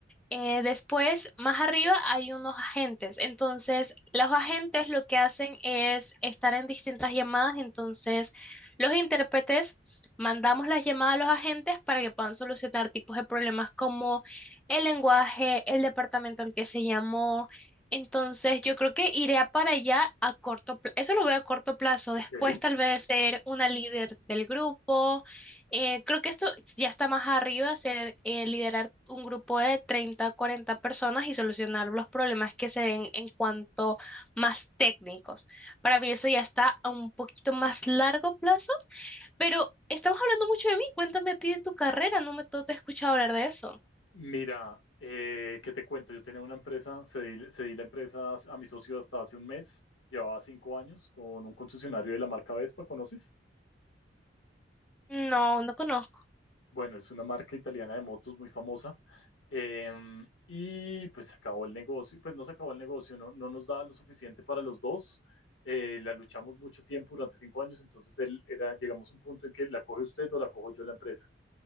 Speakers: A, in the centre; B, on the left (about 80°).
A: eh, después, más arriba, hay unos agentes. Entonces, los agentes lo que hacen es estar en distintas llamadas. Entonces, los intérpretes mandamos las llamadas a los agentes para que puedan solucionar tipos de problemas como el lenguaje, el departamento al que se llamó Entonces, yo creo que iré a para allá a corto plazo. Eso lo veo a corto plazo.
B: Ok.
A: Después, tal vez ser una líder del grupo. Eh, creo que esto ya está más arriba, ser eh, liderar un grupo de treinta, a 40 personas y solucionar los problemas que se den en cuanto más técnicos. Para mí eso ya está a un poquito más largo plazo, pero estamos hablando mucho de mí. Cuéntame a ti de tu carrera. No me no te he escuchado hablar de eso.
B: Mira, eh, ¿qué te cuento? Yo tenía una empresa, cedí, cedí la empresa a mi socio hasta hace un mes, llevaba cinco años con un concesionario de la marca Vespa, ¿conoces?
A: No, no conozco.
B: Bueno, es una marca italiana de motos muy famosa. em, y pues se acabó el negocio, pues no se acabó el negocio, no, no nos daba lo suficiente para los dos. eh, la luchamos mucho tiempo durante cinco años, entonces él era, llegamos a un punto en que la coge usted o la cojo yo la empresa.